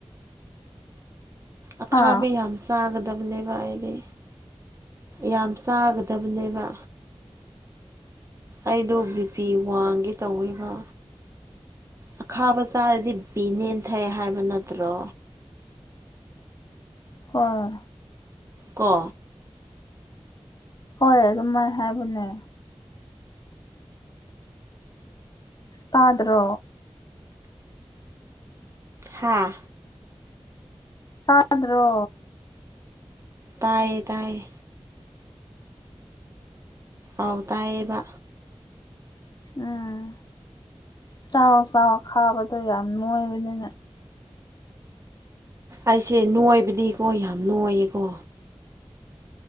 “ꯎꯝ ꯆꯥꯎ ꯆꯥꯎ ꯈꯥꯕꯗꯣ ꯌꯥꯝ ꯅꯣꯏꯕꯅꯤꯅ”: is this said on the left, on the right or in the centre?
Left